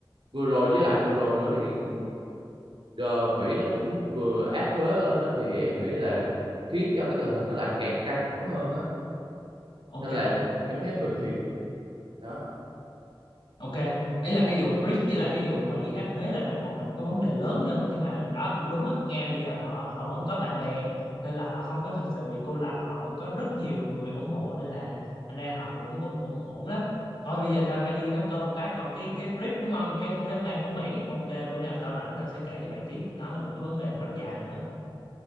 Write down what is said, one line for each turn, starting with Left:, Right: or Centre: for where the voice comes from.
Right: vừa rồi với lại vừa rồi nữa thì ờ, Mỹ nó cũng vừa áp thuế lên đó thì em nghĩ là khiến cho cái tình hình nó lại càng căng thẳng hơn á
Left: ok
Right: nên là em thấy người thiệt đó
Left: Ok, ấy là cái vụ BRICS với lại cái vụ Mỹ áp thuế là nó còn là một cái vấn đề lớn nữa nhưng mà đó cũng đúng á, Nga bây giờ họ họ vẫn có bạn bè nên là họ không có thực sự bị cô lập, họ vẫn có rất nhiều người ủng hộ nên là thành ra họ cũng cũng cũng ổn lắm. Thôi bây giờ tao phải đi nấu cơm một cái còn cái cái BRICS đúng không? Cái thuế quan của Mỹ. Ok, bữa nào tao rảnh tao sẽ kể cho mày tiếp, nó là một cái vấn đề rất dài nữa.